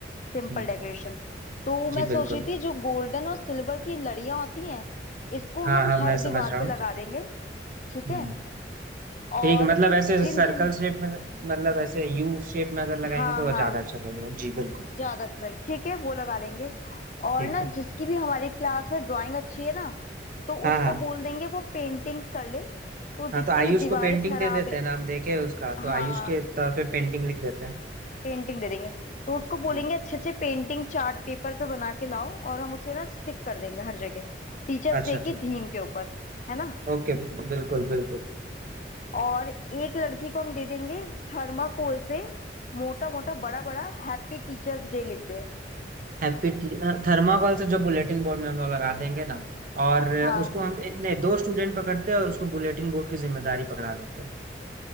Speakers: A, on the left (about 40°); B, on the right (about 50°).
A: सिंपल
B: ठीक
A: डेकोरेशन
B: है
A: तो मैं
B: जी
A: सोच
B: बिल्कुल
A: रही थी जो गोल्डन और सिल्वर की लड़ियां होती हैं इसको
B: हाँ
A: हम
B: हाँ मैं
A: हर
B: समझ
A: दीवार
B: रहा
A: पे
B: हूँ
A: लगा देंगे ठीक
B: हम्म,
A: है
B: ठीक
A: और
B: है, मतलब ऐसे
A: जिन
B: सर्कल
A: जिन
B: शेप में मतलब ऐसे यू शेप में अगर
A: हाँ
B: लगाएंगे तो वो
A: हाँ
B: ज्यादा अच्छा लगेगा जी बिल्कुल
A: ज्यादा अच्छा लगे ठीक है वो लगा लेंगे और
B: ठीक
A: ना
B: है
A: जिसकी भी हमारी क्लास में ड्राइंग अच्छी है ना तो
B: हाँ
A: उसको
B: हाँ
A: बोल देंगे वो पेंटिंग्स कर ले तो जितनी
B: हाँ तो आयुष
A: भी दीवारें
B: को पेंटिंग
A: खराब
B: दे देते
A: है
B: हैं नाम देखे उसका
A: हाँ
B: तो आयुष के तौर पे पेंटिंग लिख देते हैं
A: पेंटिंग दे देंगे तो उसको बोलेंगे
B: जी
A: अच्छे अच्छे पेंटिंग चार्ट पेपर पे बना के लाओ और हम उसे ना स्टिक कर देंगे हर जगह टीचर्स
B: अच्छा
A: डे
B: ठीक
A: की थीम
B: है
A: के ऊपर है ना
B: ओके बिल्कुल बिल्कुल
A: और एक लड़की को हम दे देंगे थर्माकोल से मोटा मोटा बड़ा बड़ा हैप्पी टीचर्स डे लिख दे
B: हैप्पी थर्माकोल से जो बुलेटिन बोर्ड में हम लोग लगा देंगे ना और
A: हाँ
B: उसको हम नहीं दो स्टूडेंट पकड़ते हैं और उसको बुलेटिन बोर्ड की जिम्मेदारी पकड़ा देते हैं